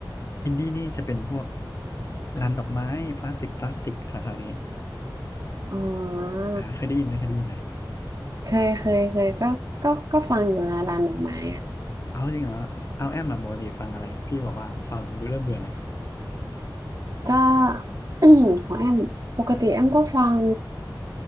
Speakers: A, on the left; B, on the right.
A: อินดี้นี่จะเป็นพวกร้านดอกไม้พลาสติกพลาสติกแถวๆนี้
B: อ๋อ
A: อ่าเคยได้ยินไหมเคยได้ยินไหม
B: เคยเคยเคยก็ก็ก็ฟังอยู่นะร้านดอกไม้อะ
A: เอาจริงเหรอเอาแอมมาปกติฟังอะไรที่บอกว่าฟังเบื่อเริ่มเบื่อแหละ
B: ก็ <clears throat> ของแอม ปกติแอมก็ฟัง